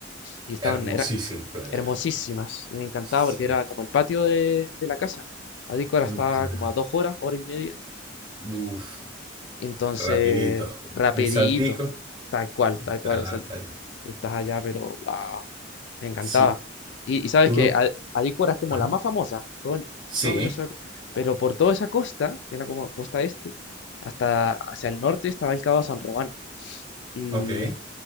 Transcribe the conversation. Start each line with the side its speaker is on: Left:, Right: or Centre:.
Left: y estaban,
Right: Hermosísima
Left: eran
Right: playa.
Left: hermosísimas, y me encantaba
Right: Sí,
Left: porque era como el patio de, de la casa. Adícora está
Right: un pla-
Left: como a dos horas, hora y media,
Right: Uf,
Left: entonces,
Right: rapidito.
Left: rapidito,
Right: Un saltico
Left: tal cual,
Right: y
Left: tal
Right: está
Left: cual,
Right: en
Left: o
Right: la
Left: sea,
Right: playa.
Left: estás allá, pero wow, me encantaba.
Right: Sí,
Left: Y, y sabes
Right: tuve...
Left: que Al- Alícuara es como
Right: Ajá.
Left: la más famosa, todo, en-
Right: Sí,
Left: todo Venezuela, pero por toda esa costa, que era como costa este, hasta hacia el norte estaba el Cabo de San Román. Y,
Right: ok,